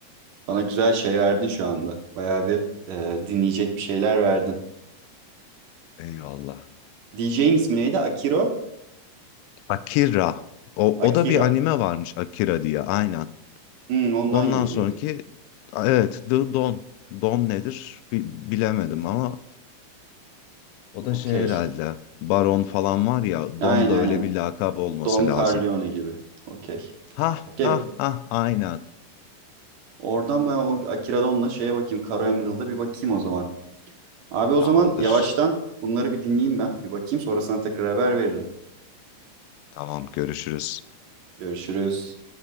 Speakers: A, on the right; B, on the left.
A: Bana güzel şey verdin şu anda. Bayağı bir e, dinleyecek bir şeyler verdin.
B: Eyvallah.
A: DJ'in ismi neydi? Akiro?
B: Akira. O,
A: Akira.
B: o da bir anime varmış Akira diye. Aynen.
A: Hmm, ondan
B: Ondan
A: geliyor.
B: sonraki evet The Don. Don nedir Bi- bilemedim ama o
A: Okey.
B: da şey herhalde Baron falan var ya
A: Aynen
B: Don da öyle
A: aynen.
B: bir lakap olması
A: Don
B: lazım.
A: Corleone gibi. Okey.
B: Ha
A: Okey.
B: ha ha aynen
A: Oradan ben o Akira Don'la şeye bakayım. Caro Emerald'a bir bakayım o zaman. Abi o
B: tamamdır.
A: zaman yavaştan bunları bir dinleyeyim ben. Bir bakayım sonra sana tekrar haber veririm.
B: Tamam görüşürüz.
A: Görüşürüz.